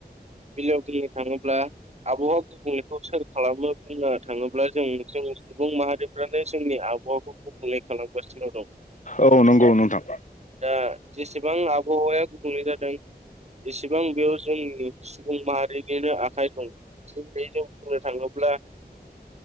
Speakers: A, on the right (about 40°); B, on the left (about 50°).
A: बिजाबनि थाङोब्ला आबहावा गुबुंलेखौ सोर खालामनो बुंनो थाङोब्ला जों जों सुबुं माहारि फ्रानो जोंनि आबहावाखौ गुबखुंले खालामगासिनो दं।
B: औ नंगौ नोंथां।
A: दा जेसेबां आबहावाया बुंनाय जादों एसेबां बेयाव जोंनि सुबुं माहारि नि आखाइ दं थ जों बुंनो थाङोब्ला